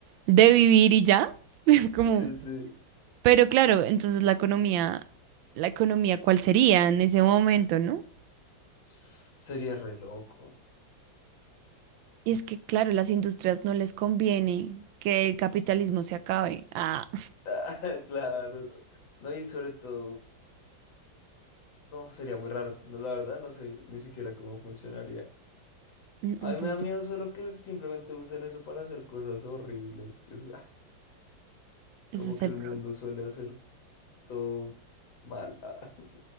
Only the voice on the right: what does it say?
de vivir y ya, <laughs>
como,
pero claro, entonces la economía, la economía, ¿cuál sería en ese momento, no?
Y es que, claro, las industrias no les conviene que el capitalismo se acabe. Ah.
No,
pues
ese
es
el
problema.